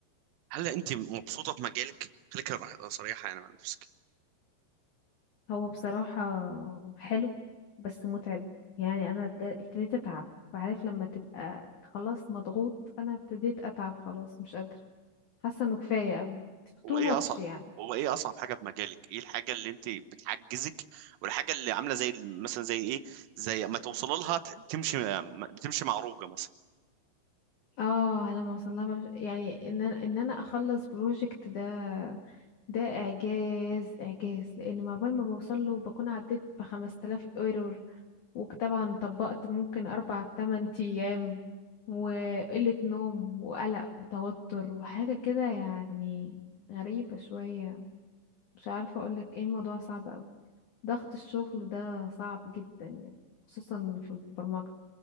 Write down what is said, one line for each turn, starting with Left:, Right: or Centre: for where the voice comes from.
Right: هل أنت مبسوطة في مجالك؟ خليك رح- صريحة يعني مع نفسك
Left: هو بصراحة حلو بس متعب يعني أنا بجد ابتديت أتعب عارف لما تبقى خلاص مضغوط أنا ابتديت أتعب خلاص مش قادرة حاسة إنه كفاية أوي
Right: هو
Left: too
Right: إيه
Left: much
Right: أصعب
Left: يعني
Right: هو إيه أصعب حاجة في مجالك؟ إيه الحاجة اللي أنت بتحجزك والحاجة اللي عاملة زي مثلا زي إيه؟ زي ما توصل لها ت- بتمشي بتمشي معروجة مثلا
Left: اه على ما وصلها بقى مش- يعني إن أنا إن أنا أخلص بروجكت ده ده إعجاز إعجاز لأن مع بال ما بوصله بكون عديت بخمس تلاف ايرور وطبعا طبقت ممكن أربع تمن أيام وقلة نوم وقلق وتوتر وحاجة كده يعني غريبة شوية مش عارفة أقولك ايه الموضوع صعب أوي ضغط الشغل ده صعب جدا يعني خصوصا في البرمجة